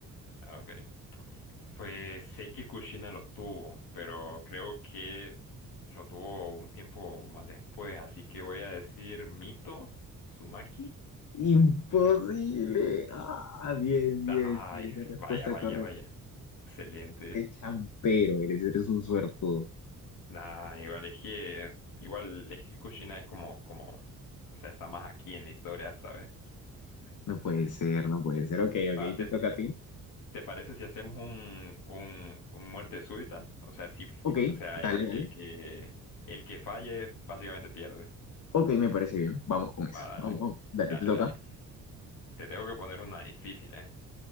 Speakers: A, on the left; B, on the left.
A: Ah, Ok. Pues sé que Kushina lo tuvo, pero creo que lo tuvo un tiempo más después, así que voy a decir Mito Uzumaki.
B: Imposible. Ah, bien, bien,
A: Ay,
B: sí, es la respuesta
A: vaya, vaya,
B: correcta.
A: vaya. Excelente.
B: Qué champero eres, eres un suertudo.
A: Nah, igual es que, igual es que Kushina es como, como, o sea, está más aquí en la historia, ¿sabes?
B: No puede ser, no puede ser. Ok, ok,
A: Va,
B: te
A: te,
B: toca a ti.
A: ¿Te parece si hacemos un, un, un muerte súbita? O sea, si,
B: Ok,
A: o sea,
B: dale,
A: el,
B: dale.
A: el que, el que falle básicamente pierde.
B: Ok, me parece bien. Vamos con eso.
A: Va, dale,
B: Vamos, vamos. Dale,
A: dale,
B: te toca.
A: dale. Te tengo que poner una difícil, ¿eh?